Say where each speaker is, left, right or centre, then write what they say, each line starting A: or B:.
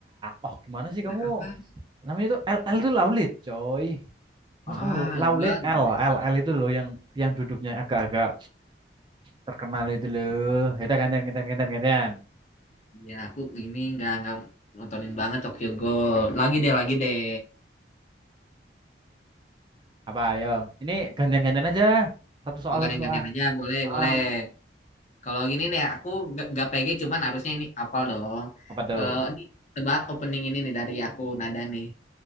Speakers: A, on the right; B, on the left.
A: Oh gimana sih kamu?
B: Apa?
A: Namanya itu L L itu Laulit, coy. Mas
B: Ah,
A: kamu lu- Laulit
B: gua
A: L
B: kan
A: L L itu loh yang yang duduknya agak-agak terkenal itu loh. Ya udah gantian gantian gantian gantian.
B: Ya, aku ini nggak nggak nontonin banget Tokyo Ghoul. Lagi deh, lagi deh.
A: Apa ayo? Ini gantian gantian aja. Satu soal
B: Oh, gantian-gantian
A: satu soal.
B: aja, boleh,
A: Ah,
B: boleh. Kalau gini nih, aku nggak nggak PG, cuman harusnya ini apal dong.
A: apa tuh?
B: Eh, ini tebak opening ini nih dari aku nada nih.